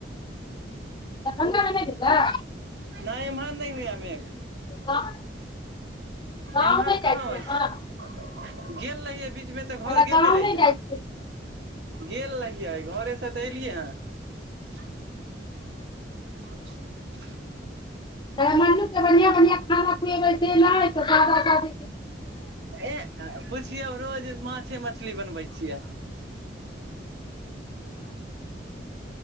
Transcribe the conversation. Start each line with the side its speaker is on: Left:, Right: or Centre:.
Left: दरभंगामे नहि भेलै
Right: नहि एम्हर नहि होइया मेघ।
Left: गाम गाम
Right: एम्हर
Left: नहि
Right: कहाँ
Left: जाइ छियै
Right: होइत छैक।
Left: अहाँ
Right: गेल रहियै बीचमे तऽ
Left: कहलहुँ
Right: घर गेले
Left: गाम
Right: रहियै
Left: नहि जाइ छियै
Right: गेल रहियै घरेसँ तऽ एलियै हँ <inaudible>
Left: हमरा मम्मी केँ बढ़िआँ बढ़िआँ खाना खुएबै से नहि सादा खाली
Right: ए पूछियौ रोज माछे मछली बनवे छियैक।